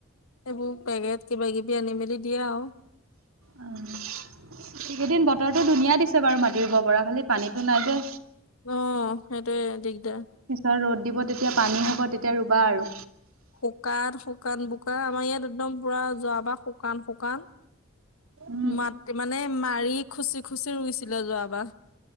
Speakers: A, on the left (about 85°); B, on the right (about 85°).
A: এইবোৰ পেকেট কিবা কিবি আনি মেলি দিয়ে আৰু,
B: উম এই কেইদিন বতৰতো ধুনীয়া দিছে বাৰু মাতি ৰুব পৰা, খালি পানীতো নাই যে।
A: অ সেইটোয়ে দিগদাৰ।
B: পিছত ৰ'দ দিব তেতিয়া পানী হ'ব তেতিয়া ৰুবা আৰু,
A: শুকান শুকান বোকা আমাৰ ইয়াত একদম পুৰা যোৱা বা শুকান শুকান,
B: উম
A: মাত মানে মাৰি খুচি খুচি ৰুইছিলে যোৱাবাৰ।